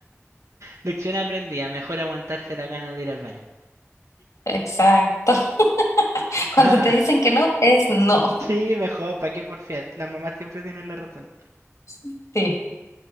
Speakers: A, on the right; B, on the left.
A: Lección aprendida, mejor aguantarse las ganas de ir al baño.
B: Exacto. <laughs> Cuando
A: <laughs> Ah,
B: te dicen que no, es no.
A: sí, mejor, ¿para qué porfiar? Las mamás siempre tienen la razón.
B: <laughs> Sí.